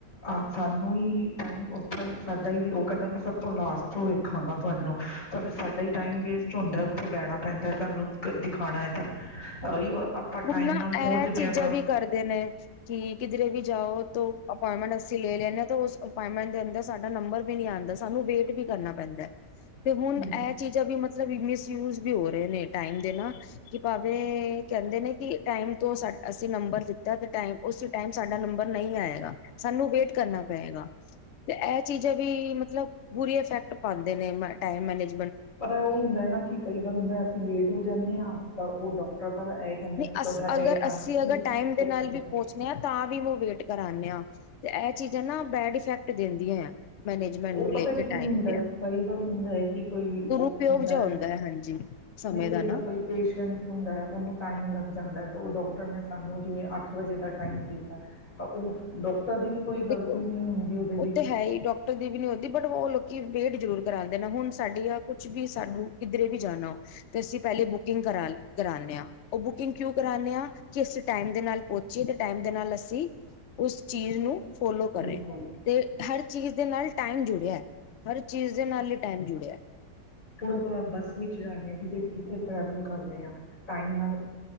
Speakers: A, on the left; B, on the left.
A: ਆਹ ਸਾਨੂੰ ਹੀ ਟਾਈਮ ਉਥੇ ਸਾਡਾ ਈ ਕਹਿੰਦਾ ਮੈਂ ਸਭ ਤੋਂ ਲਾਸਟ ਤੋਂ ਵੇਖਾਂਗਾ ਤੁਹਾਨੂੰ ਤਾਂ ਫਿਰ ਸਾਡਾ ਹੀ ਟਾਈਮ ਵੇਸਟ ਹੁੰਦਾ ਉੱਥੇ ਬਹਿਣਾ ਪੈਂਦਾ ਸਾਨੂੰ ਦਿਖਾਣਾ ਹੈ ਤਾਂ <unintelligible>
B: ਹੁਣ ਨਾ
A: ਨਾਲ ਪਹੁੰਚਦੇ
B: ਇਹ ਚੀਜ਼ਾਂ
A: ਹਾਂ ਤਾਂ
B: ਵੀ ਕਰਦੇ ਨੇ ਕਿ ਕਿਧਰੇ ਵੀ ਜਾਓ ਤੋਂ ਅਪੁਆਇੰਟਮੈਂਟ ਅਸੀਂ ਲੇ ਲੈਣ ਪਹਿਲਾ ਤਾਂ ਉਸ ਅਪੁਆਟਮੈਂਟ ਦੇ ਅੰਦਰ ਸਾਡਾ ਨੰਬਰ ਵੀ ਨੀ ਆਂਦਾ ਸਾਨੂੰ ਵੇਟ ਵੀ ਕਰਨਾ ਪੈਂਦਾ। ਤੇ ਹੁਣ
A: ਹਮ
B: ਇਹ ਚੀਜ਼ਾਂ ਵੀ ਮਤਲਬ ਮਿਸ ਯੂਜ਼ ਵੀ ਹੋ ਰਹੇ ਨੇ ਟਾਈਮ ਦੇ ਨਾ ਕਿ ਭਾਵੇ ਕਹਿੰਦੇ ਨੇ ਕਿ ਟਾਈਮ ਤੋਂ ਅਸੀਂ ਨੰਬਰ ਦਿੱਤਾ। ਸਾਡਾ ਤੇ ਟਾਈਮ ਉਸ ਟਾਈਮ ਸਾਡਾ ਨੰਬਰ ਨਹੀਂ ਆਏਗਾ, ਸਾਨੂੰ ਵੇਟ ਕਰਨਾ ਪਏਗਾ। ਤੇ ਇਹ ਚੀਜ਼ਾਂ ਵੀ ਮਤਲਬ ਬੁਰੀ ਇਫੈਕਟ ਪਾਉਂਦੇ ਨੇ ਟਾਈਮ ਮੈਨਜ਼
A: ਪਰ ਉਹ ਹੁੰਦਾ ਨਾ ਕਿ ਕਈ ਵਾਰ ਹੁੰਦਾ ਅਸੀਂ ਲੇਟ ਹੋ ਜਾਂਨੇ ਆ ਤਾਂ ਉਹ ਡਾਕਟਰ ਤਾਂ ਇਹ ਕਹਿੰਦਾ
B: ਨਹੀਂ
A: ਕਿ ਤੁਹਾਡਾ
B: ਅਗਰ
A: ਇਹ ਟਾਈਮ
B: ਅਸੀਂ
A: ਸੀ
B: ਅਗਰ ਟਾਈਮ
A: ਤੁਸੀਂ
B: ਦੇ ਨਾਲ
A: ਕਰ
B: ਵੀ ਪਹੁੰਚਣੇ ਹਾਂ ਤਾਂ ਵੀ ਵੇਟ ਕਰਾਨੇ ਆ, ਤੇ ਇਹ ਚੀਜ਼ਾਂ ਨਾ ਬੈਡ ਇਫੈਕਟ ਦਿੰਦੀਆਂ। ਮੈਨੇਜਮੈਂਟ ਨੂੰ
A: ਉਹ ਪਤਾ
B: ਲੈ ਕੇ
A: ਕੀ
B: ਟਾਈਮ
A: ਹੁੰਦਾ
B: ਦੇ ਆ।
A: ਕਈ ਵਾਰ ਹੁੰਦਾ ਹੈ ਕਿ ਕੋਈ
B: ਦੁਰਉਪਯੋਗ
A: ਉਹ ਹੁੰਦਾ
B: ਜਿਹਾ
A: ਹੈ,
B: ਹਾਂਜੀ ਸਮੇਂ
A: ਨਹੀਂ ਕਈ
B: ਦਾ ਨਾ
A: ਵਾਰ ਕੋਈ ਪੇਸ਼ੈਂਟ ਹੁੰਦਾ ਹੈ ਉਹਨੂੰ ਟਾਈਮ ਲੱਗ ਜਾਂਦਾ ਤਾਂ ਉਹ ਡੋਕਟਰ ਨੇ ਸਾਨੂੰ ਜਿਵੇਂ ਅੱਠ ਵਜੇ ਦਾ ਟਾਈਮ ਦਿੱਤਾ, ਤਾਂ ਉਹ ਡਾਕਟਰ ਦੀ ਵੀ ਕੋਈ ਗ਼ਲਤੀ
B: ਦੇਖੋ
A: ਨਹੀਂ ਹੁੰਦੀ ਉਹਦੇ
B: ਉਹ
A: ਵਿੱਚ।
B: ਤੇ ਹੈ ਹੀ ਡਾਕਟਰ ਦੀ ਵੀ ਨਹੀਂ ਬਟ ਉਹ ਲੋਕੀ ਵੇਟ ਜ਼ਰੂਰ ਕਰਾਉਂਦੇ ਨੇ ਹੁਣ ਸਾਡੀ ਆ ਕੁਛ ਵੀ ਸਾਨੂੰ ਕਿੱਧਰੇ ਵੀ ਜਾਣਾ ਤੇ ਅਸੀਂ ਪਹਿਲੇ ਬੁਕਿੰਗ ਕਰਾ ਕਰਾਨੇ ਆ। ਉਹ ਬੁਕਿੰਗ ਕਿਉਂ ਕਰਾਨੇ ਆ ਕਿ ਅਸੀ ਟਾਈਮ ਦੇ ਨਾਲ ਪਹੁੰਚੀਏ ਤੇ ਟਾਈਮ ਦੇ ਨਾਲ ਅਸੀਂ ਉਸ ਚੀਜ਼ ਨੂੰ ਫੋਲੋ ਕਰੇ,
A: ਬਿਲਕੁਲ
B: ਤੇ ਹਰ ਚੀਜ਼ ਦੇ ਨਾਲ ਟਾਈਮ ਜੁੜਿਆ, ਹਰ ਚੀਜ਼ ਦੇ ਨਾਲ ਹੀ ਟਾਈਮ ਜੁੜਿਆ।
A: ਹੁਣ ਆਪਾਂ ਬੱਸ ਵਿੱਚ ਜਾਂਦੇ ਹਾਂ ਕਿ ਕਿੱਥੇ ਟਰੈਵਲ ਕਰਦੇ ਹਾਂ ਟਾਈਮ ਨਾਲ